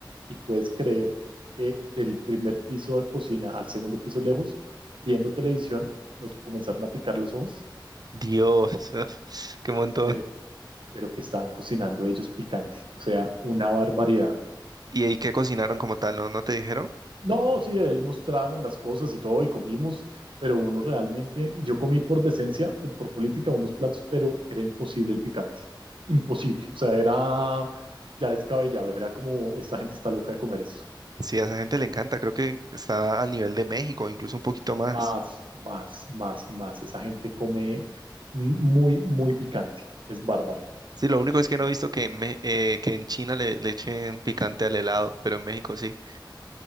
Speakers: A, on the right; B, on the right.
A: y puedes creer que del primer piso de cocina al segundo piso lejos, viendo televisión, nos comenzaron a picar los ojos
B: Dios, <laughs> qué montón.
A: de lo, de lo que estaban cocinando ellos picante. O sea, una barbaridad.
B: ¿Y ahí qué cocinaron como tal? ¿No, no te dijeron?
A: No, sí, ahí mostraron las cosas y todo, y comimos, pero uno realmente, yo comí por decencia, por política, unos platos, pero era imposible el picante, imposible, o sea, era ya descabellado, era como, esta gente está loca de comer eso,
B: Sí, a esa gente le encanta, creo que está al nivel de México, incluso un poquito más.
A: más, más, más, más, esa gente come muy, muy picante, es bárbaro,
B: Sí, lo único es que no he visto que en, Me- eh, que en China le, le echen picante al helado, pero en México sí.